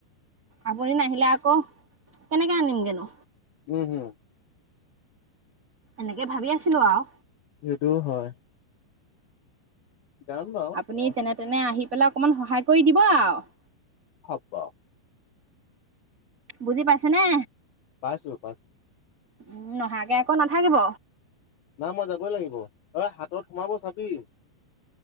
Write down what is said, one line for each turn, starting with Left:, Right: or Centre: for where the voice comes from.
Right: আপুনি নাহিলে আকৌ কেনেকে আনিমগে নো?
Left: উম উম
Right: এনেকে ভাবি আছিলো আৰু
Left: সেইটোও হয়। যাম বাৰু
Right: আপুনি
Left: অ
Right: যেনে তেনে আহি পাৰিলে অকমান সহায় কৰি দিব আৰু
Left: হ'ব।
Right: বুজি পাইছে নে?
Left: পাইছো পাইছো।
Right: উম নহাকে আকৌ নাথাকিব।
Left: না মই যাবই লাগিব অ' হাতত সোমাব চাবি